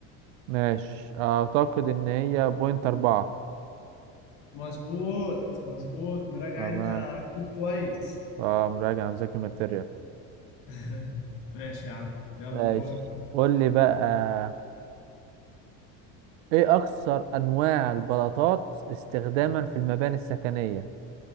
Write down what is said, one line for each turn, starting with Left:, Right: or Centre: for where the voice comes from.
Right: ماشي اعتقد ان هي بوينت اربعة
Left: مظبوط مظبوط مراجع
Right: تمام
Left: انت كود كويس
Right: اه مراجع مذاكر ماتيريال
Left: <laughs> ماشي يا عم يلا
Right: ماشي
Left: دورك
Right: قول لي بقى ايه اكثر انواع البلاطات استخداما في المباني السكنية